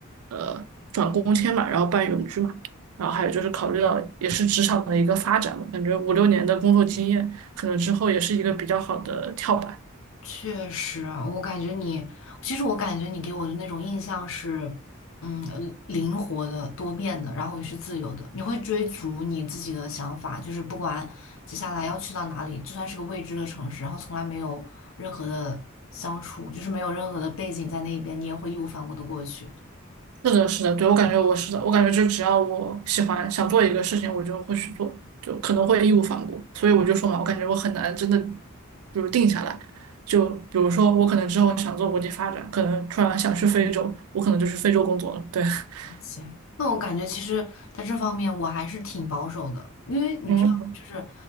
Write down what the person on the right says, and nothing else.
呃转工签嘛，然后办永居嘛，然后还有就是考虑到也是职场的一个发展嘛，感觉五六年的工作经验，可能之后也是一个比较好的跳板。
是的，是的，对，我感觉我是的，我感觉就只要我喜欢想做一个事情，我就会去做，就可能会义无反顾。所以我就说嘛，我感觉我很难真的，比如定下来。就比如说，我可能之后想做国际发展，可能突然想去非洲，我可能就去非洲工作了。对，<laughs>
嗯。